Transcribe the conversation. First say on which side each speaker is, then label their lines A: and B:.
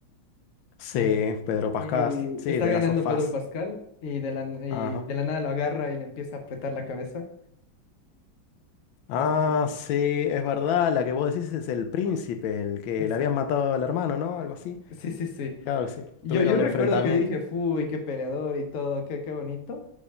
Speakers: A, on the left (about 85°); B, on the left (about 50°).
A: sí,
B: ¿no?
A: Pedro Pascal,
B: Y
A: sí,
B: está
A: de
B: ganando
A: las of
B: Pedro
A: Us.
B: Pascal y de la, y
A: Ajá.
B: de la nada lo agarra y le empieza a apretar la cabeza.
A: Ah,
B: No sé si recuerdas.
A: sí, es verdad, la que vos decís es el príncipe, el que
B: Exacto.
A: le habían matado al hermano, ¿no? Algo así.
B: Sí, sí, sí.
A: Claro, que sí,
B: Yo,
A: tuvieron
B: yo
A: un
B: recuerdo
A: enfrentamiento.
B: que dije, uy, qué peleador y todo, qué, qué bonito.